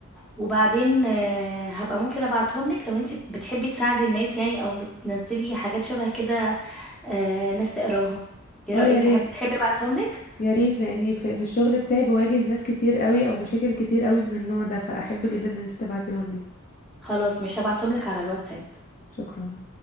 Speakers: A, in the centre; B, on the left (about 35°).
A: وبعدين آه، هبقى ممكن ابعتهم لك لو انت بتحبي تساعدي الناس يعني او بتنزلي حاجات شبه كده آه، ناس تقراها ايه
B: اه
A: رأيك
B: يا ريت
A: احب تحبي ابعتهم لك
B: يا ريت لاني في, في الشغل بتاعي بواجه ناس كتير قوي او مشاكل كتير قوي من النوع ده فاحب جدا ان انت تبعتيهم لي
A: خلاص مش هبعتهم لك على الواتساب
B: شكرا